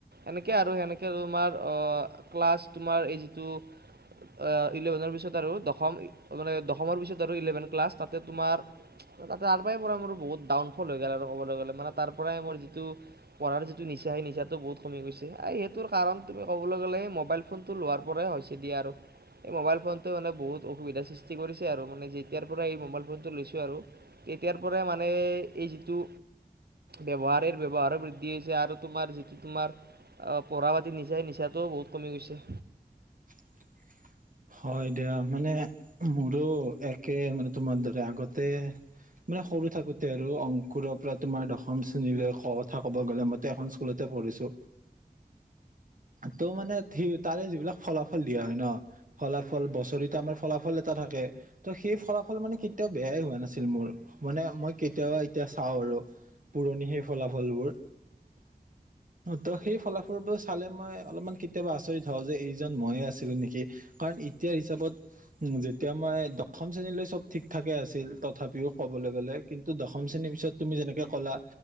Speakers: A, on the right; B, on the right.
A: এনেকে আৰু সেনেকে তোমাৰ অহ, ক্লাছ তোমাৰ এই যিটো অহ, ইলেভেনৰ পিছত আৰু দশম মানে দশমৰ পিছত আৰু ইলেভেন ক্লাছ তাতে তোমাৰ তাতে তাৰ পৰাই পৰা মোৰ বহুত ডাউন সফল হৈ গ'ল আৰু ক'বলৈ গ'লে মানে তাৰ পৰাই মোৰ যিটো পঢ়াৰ যিটো নিচা সেই নিচাতটো বহুত কমি গৈছে আ সেই তোৰ' কাৰণ তুমি ক'বলৈ গ'লে সেই মোবাইল ফোনতটো লোৱাৰ পৰাই হৈছে দিয়া আৰু এই মোবাইল ফোনটো মানে বহুত অসুবিধাৰ সৃষ্টি কৰিছে আৰু মানে যেতিয়াৰ পৰা এই মোবাইল ফোনটো লৈছো আৰু তেতিয়াৰ পৰাই মানে যিটো ব্যৱহাৰ ব্যৱহাৰে বৃদ্ধি হৈছে আৰু তোমাৰ যিটো তোমাৰ অ, পঢ়া পাতি নিচাই - নিচাতটো বহুত কমি গৈছে।
B: <inaudible> <unintelligible> হয় দিয়া মানে মোৰো একে মানে তোমাৰ দৰে আগতে মানে সৰু থাকোতে আৰু অংকুৰৰ পৰা তোমাৰ দশম শ্ৰেণীলৈ কথা কব গ'লে মতে এখন স্কুলতে পঢ়িছো। ত' মানে সি তাৰে যিবিলাক ফলাফল দিয়া হয় ন ফলাফল বছৰিত আমাৰ ফলাফল এটা থাকে ত' সেই ফলাফল মানে কেতিয়াও বেয়াই হোৱা নাছিল মোৰ। মানে মই কেতিয়াবা এতিয়া চাও আৰু পুৰণি সেই ফলাফলবোৰ। ত' সেই ফলাফলবোৰ চালে মই অলপমান কেতিয়াবা আচৰিত হও যে এইজন মইয়ে আছিলো নিকি? কাৰণ এতিয়াৰ হিচাপত উম, যেতিয়া মই দশম শ্ৰেণীলৈ চব ঠিক ঠাকে আছিল। তথাপিও কবলৈ গ'লে কিন্তু দশম শ্ৰেণী তাৰেপিছত তুমি যেনেকে কলা